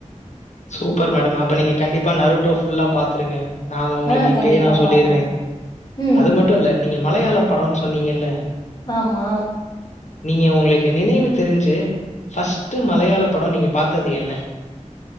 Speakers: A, on the left (about 65°); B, on the left (about 35°).
A: சூப்பர் மேடம் அப்ப நீங்க கண்டிப்பா நருட்டோ ஃபுல்லா பாத்ருங்க நா அத உங்களுக்கு
B: ஆ
A: இப்பயே
B: கண்டிப்பா
A: நா சொல்லிட்றே
B: பாக்குறே ம்
A: அது மட்டு இல்ல நீங்க மலையாளம் படனு சொன்னீங்கல்ல
B: ஆமா
A: நீங்க உங்களுக்கு நினைவு தெரிஞ்சு ஃபஸ்ட்டு மலையாள படோ நீங்க பாத்தது என்ன